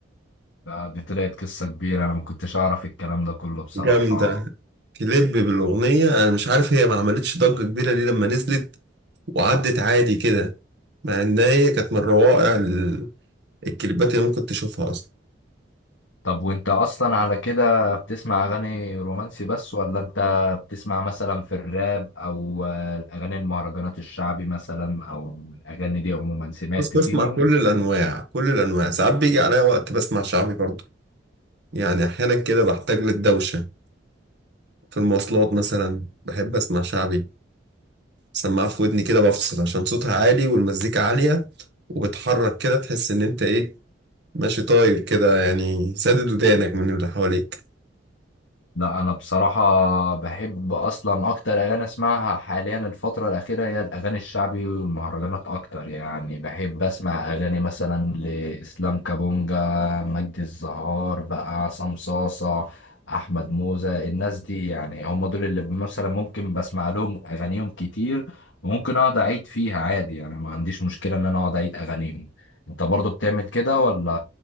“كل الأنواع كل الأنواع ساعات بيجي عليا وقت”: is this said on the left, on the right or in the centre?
Right